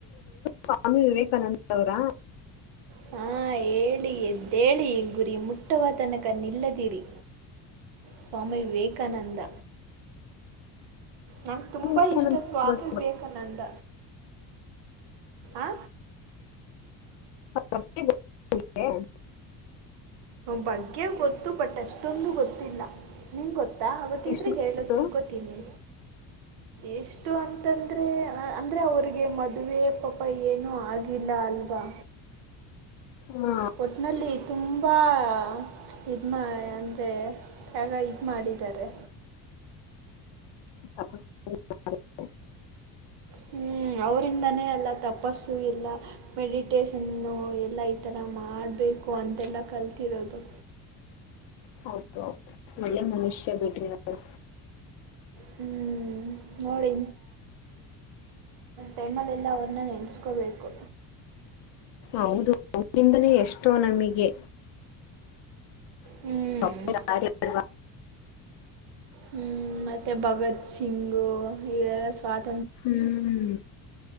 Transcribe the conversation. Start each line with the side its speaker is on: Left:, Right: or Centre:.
Left: ಸ್ವಾಮಿ ವಿವೇಕಾನಂದ ಅವರಾ
Right: ಹಾ ಹೇಳಿ ಎದ್ದೇಳಿ ಗುರಿ ಮುಟ್ಟವ ತನಕ ನಿಲ್ಲದಿರಿ ಸ್ವಾಮಿ ವಿವೇಕಾನಂದ ನಂ್ಗೆ ತುಂಬಾ
Left: ವಿವೇಕಾನಂದ
Right: ಇಷ್ಟ ಸ್ವಾಮಿ
Left: ಬಗ್ಗೆ
Right: ವಿವೇಕಾನಂದ ಆ
Left: <inaudible>
Right: ಬಗ್ಗೆ ಗೊತ್ತು ಬಟ್ ಅಷ್ಟೊಂದು ಗೊತ್ತಿಲ್ಲ ನಿಂಗ ಗೊತ್ತು ಗತ್ತಾ ಆತ್ತಿದ್ರೆ
Left: ಎಷ್ಟು ಗೊತ್ತು
Right: ಹೇಳೋ ತಿಳ್ಕೋತೀನಿ ಎಷ್ಟು ಅಂತಂದ್ರೆ ಅಂದ್ರೆ ಅವ್ರಿಗೆ ಮದುವೆ ಪಾಪ ಏನು ಆಗಿಲ್ಲ ಅಲ್ವಾ
Left: ಹಾ
Right: ಒಟ್ಟನಲ್ಲಿ ತುಂಬಾ ಹ ಇದ ಮಾ ಅಂದ್ರೆ ಯಗ ಇದ್ ಮಾಡಿದ್ದಾರೆ
Left: ತಪಸ್ <inaudible>
Right: ಹ್ಮ್ ಅವ್ರಂದಾನೇ ಎಲ್ಲ ತಪಸ್ಸು ಇಲ್ಲ ಮೆಡಿಟೇಶನ್ ಎಲ್ಲ ಈ ತರ ಮಾಡ್ಬೇಕು ಅಂತೆಲ್ಲ ಕಲ್ ತ್ತರೋದು
Left: ಹೌದು ಒಳ್ಳೆ ಮನುಷ್ಯ ಬಿಡ್ರಿ ಅವ್ರು
Right: ಹ್ಮ್ ನೋಡಿ ಟೈಮಲ್ಲೆಲ್ಲ ಅವ್ರನ್ನ ನೆನೆಸ್ಕೋಬೇಕು
Left: ಹೌದು ಅವಿಂದಲೇ ಎಷ್ಟೋ ನಮಗೆ
Right: ಹ್ಮ್
Left: ಪಾಪ ಯಾರು ಇಲ್ಲ
Right: ಹ್ಮ್ ಮತ್ತೆ ಭಗತ್ ಸಿಂಗು ಇವೆರ ಸ್ವಾತ
Left: ಹ್ಮ್